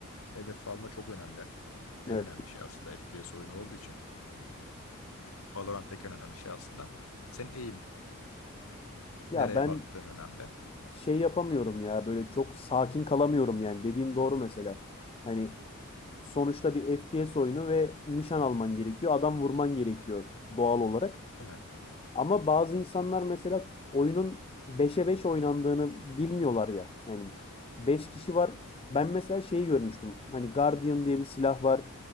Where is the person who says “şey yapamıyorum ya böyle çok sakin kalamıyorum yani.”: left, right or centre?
Left